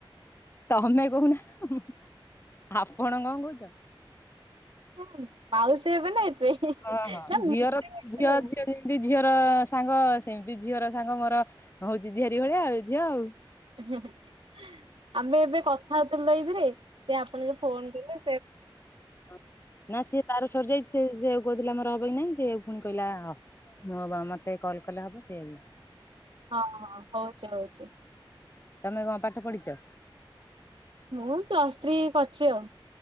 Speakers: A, on the left; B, on the right.
A: ତମେ କହୁନ। ଆପଣ କଣ କହୁଚ?
B: ହଁଉ। ମାଉସୀ ହେବେ ନା ଏଥି ପାଇଁ
A: ହଁ
B: ।ନା
A: ହଁ
B: ମିଶିଙ୍ଗ୍
A: ଝିଅର ଝିଅ
B: <unintelligible>
A: ଝିଅ ଯେମିତି ଝିଅର ସାଙ୍ଗ ସେମିତି ଝିଅର ସାଙ୍ଗ ମର ହଉଚି ଝିଆରି ଭଳିଆ ଆଉ ଝିଅ ଆଉ।
B: <unintelligible> ଆମେ ଏବେ କଥା ହୋ ଲାଇଭ୍ ରେ। ସେ ଆପଣଙ୍କୁ ଫୋନ କଲା।
A: ହଁ ନା ସିଏ ତାର ସରିଯାଇଚି ସେ ସେଆକୁ କହୁଥିଲା ମୋର ହବ କି ନାଇଁ ।ସେଆକୁ ପୁଣି କହିଲା ହବ୍ ମତେ କଲ କଲେ ହବ ସେଆକୁ।
B: ହଁ ହଁ ହଉଚି ହଉଚି।
A: ତମେ କଣ ପାଠ ପଢ଼ିଚ?
B: ମୁଁ ପ୍ଲସ୍ ଥ୍ରୀ କରିଚି ଆଉ।